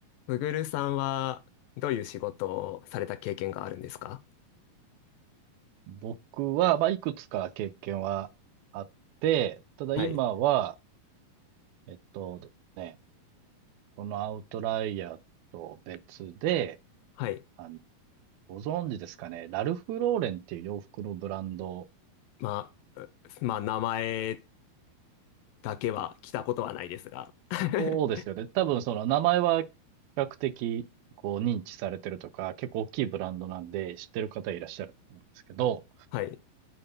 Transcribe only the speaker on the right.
僕は、まあ、いくつか経験はあって、ただ今は、
えっとですね、このアウトライヤーと別で、
あの、ご存知ですかね、ラルフ・ローレンっていう洋服のブランド、
そうですよね。多分その名前は比較的こう認知されてるとか、結構大きいブランドなんで知ってる方いらっしゃると思うんですけど、